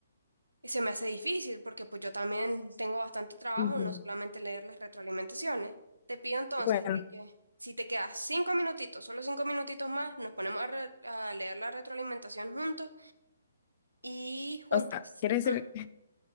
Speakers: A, on the right; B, on the left.
A: Y se me hace difícil porque pues yo también tengo bastante trabajo,
B: Ujú.
A: no solamente leer las retroalimentaciones. Te pido entonces
B: Bueno,
A: de que si te quedas cinco minutitos, solo cinco minutitos más, nos ponemos a, re- a leer la retroalimentación juntos y juntas.
B: o sea, quiere decir,
A: Mm.